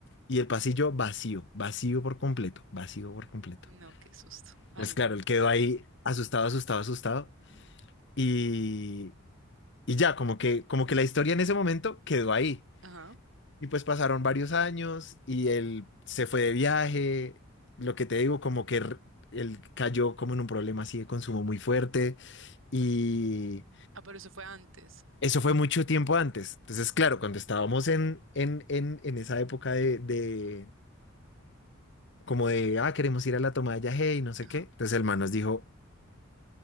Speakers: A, on the left; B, on the right.
A: Y el pasillo vacío, vacío por completo, vacío por completo.
B: No, qué susto. Ay,
A: Pues claro,
B: no.
A: él quedó ahí asustado, asustado, asustado. Y, y ya, como que, como que la historia en ese momento quedó ahí.
B: Ajá.
A: Y pues pasaron varios años y él se fue de viaje. Lo que te digo, como que r- él cayó como en un problema así de consumo muy fuerte. Y
B: Ah, pero eso fue antes.
A: eso fue mucho tiempo antes. Entonces, claro, cuando estábamos en, en, en, en esa época de, de, como de, ah, queremos ir a la toma de yagé y no sé
B: Ajá.
A: qué. Entonces el man nos dijo,